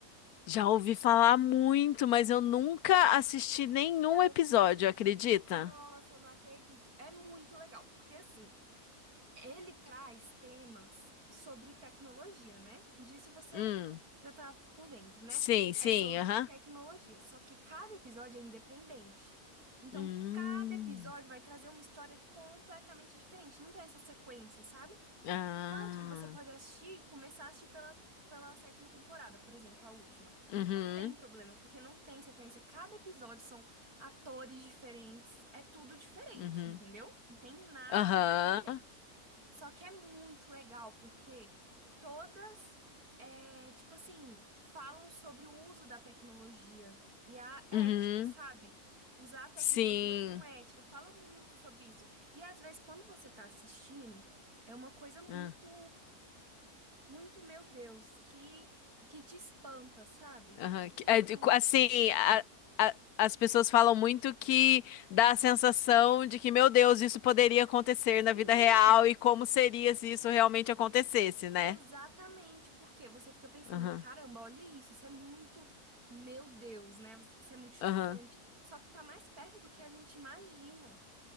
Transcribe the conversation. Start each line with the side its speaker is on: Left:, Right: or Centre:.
Left: Já ouvi falar muito, mas eu nunca assisti nenhum
Right: Parou
Left: episódio,
Right: pra assistir.
Left: acredita?
Right: Nossa, eu não acredito. É muito legal, porque assim, ele traz temas sobre tecnologia, né? Disso você
Left: Hum,
Right: já tá por dentro, né?
Left: sim, sim,
Right: É sobre
Left: aham.
Right: tecnologia, só que cada episódio é independente. Então,
Left: Hum,
Right: cada episódio vai trazer uma história completamente diferente. Não tem essa sequência, sabe?
Left: ah,
Right: Tanto que você pode assistir, começar a assistir pela, pela sétima temporada, por exemplo, a última.
Left: uhum,
Right: Não tem problema, porque não tem sequência. Cada episódio são atores diferentes, é tudo diferente,
Left: uhum,
Right: entendeu? Não tem nada
Left: aham,
Right: a ver, independente. Só que é muito legal, porque todas, é, tipo assim, falam sobre o uso da tecnologia e a ética,
Left: uhum,
Right: sabe? Usar a tecnologia
Left: sim,
Right: com ética, fala muito sobre isso. E às vezes, quando você tá assistindo. É uma coisa muito,
Left: ah,
Right: muito, meu Deus, que, que te espanta, sabe?
Left: aham. Que-
Right: Te espanta
Left: é, de- Assim,
Right: você assistindo.
Left: a- a- as pessoas falam muito que dá a sensação de que, meu Deus, isso poderia acontecer
Right: Sim,
Left: na vida real e como seria se isso realmente acontecesse, né?
Right: exatamente, porque você fica pensando,
Left: Aham,
Right: caramba, olha isso, isso é muito, meu Deus, né? Isso é muito chocante.
Left: aham,
Right: Só que tá mais perto do que a gente imagina.